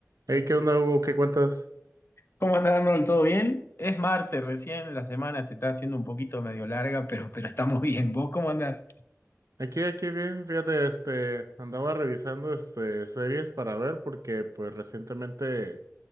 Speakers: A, on the right; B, on the left.
A: Hey, ¿qué onda, Hugo? ¿Qué cuentas?
B: ¿Cómo anda Arnold? ¿Todo bien? Es martes, recién la semana se está haciendo un poquito medio larga, pero, pero estamos bien. ¿Vos cómo andás?
A: Aquí, aquí bien, fíjate, este, andaba revisando, este, series para ver porque, pues, recientemente